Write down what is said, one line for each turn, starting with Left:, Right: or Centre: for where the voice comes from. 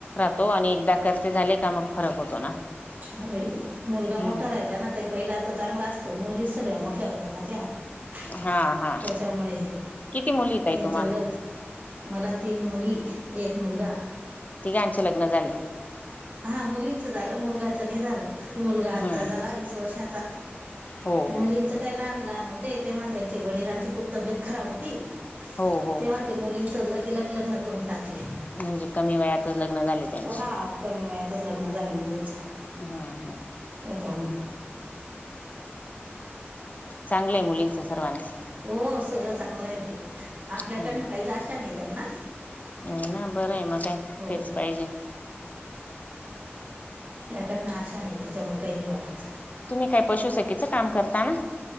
Left: तो आणि एकदा कळते झाले का मग फरक होतो ना.
Right: हा बाई. मुलगा
Left: हम्म
Right: मोठा राहिला ना ताई पहिला आता चांगला असतं. मुलीच सगळ्या मोठ्या होत्या माझ्या. <unintelligible>
Left: हा हा.
Right: त्यामुळे
Left: किती मुली ताई
Right: त्यांनचल
Left: तुम्हाला
Right: मला तीन मुली. एक मुलगा.
Left: तिघांची लग्न झाले.
Right: हा मुलींचं झालं. मुलगाचं नाही झालं. मुलगा आता
Left: हम्म
Right: झाला वीस वर्षाचा.
Left: हो हो
Right: मुलींच काय लहान लहान होते. तेव्हा त्यांचे वडिलांचे खूप तब्येत खराब होती.
Left: हो हो
Right: तेव्हा ते मुलींच लगेलग लग्न करून टाकले.
Left: म्हणजे कमी वयातच लग्न झाले त्यांचे.
Right: हा कमी वयातच लग्न झाले मुलींचे.
Left: हा हा.
Right: त्याच्यामुळ.
Left: चांगलंय मुलींच सर्वाच.
Right: हो. सगळं चांगलं आहे बाई. आपल्याकडनं
Left: हम्म
Right: काहीच आशा नाही त्यांना.
Left: नाही ना. बरं आहे मग काय
Right: हो
Left: तेच पाहिजे.
Right: त्यांना आशा नाही. त्याच्यामुळे काही नाही वाटत.
Left: तुम्ही काय पशुसकीचं काम करताना?